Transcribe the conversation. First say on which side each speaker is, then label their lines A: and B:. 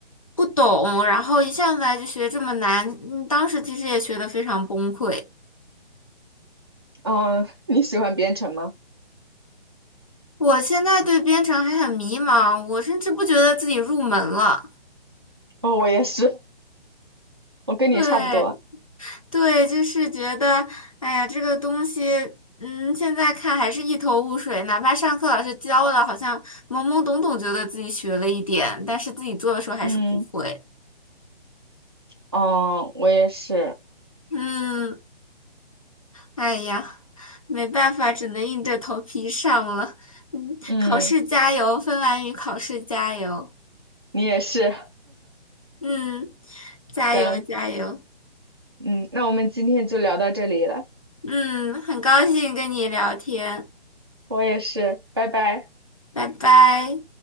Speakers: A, on the left; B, on the right.
A: 不懂，然后一上来就学这么难，嗯，当时其实也学得非常崩溃。
B: 嗯，你喜欢编程吗？
A: 我现在对编程还很迷茫，我甚至不觉得自己入门了。
B: 哦，我也是，我跟你差不多。
A: 对。对，就是觉得，哎呀，这个东西，嗯，现在看还是一头雾水。哪怕上课老师教了，好像懵懵懂懂，觉得自己学了一点，但是自己做的时候还是不会。
B: 嗯，哦，我也是。
A: 嗯，哎呀，没办法，只能硬着头皮上了。嗯，
B: 嗯，
A: 考试加油，芬兰语考试加油。
B: 你也是。
A: 嗯，加油加油。
B: 行，嗯，那我们今天就聊到这里了。
A: 嗯，很高兴跟你聊天，
B: 我也是，拜拜。
A: 拜拜。